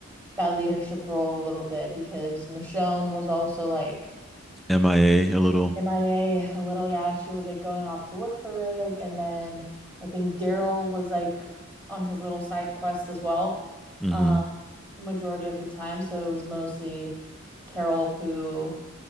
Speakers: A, on the right; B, in the centre.
A: that leadership role a little bit because Michonne was also like
B: MIA a a little.
A: MIA a a little, yeah, she was like going off to look for Rick and then I think Daryl was like on his little side quest as well.
B: Mm-hmm.
A: uh, majority of the time. So it was mostly Carol who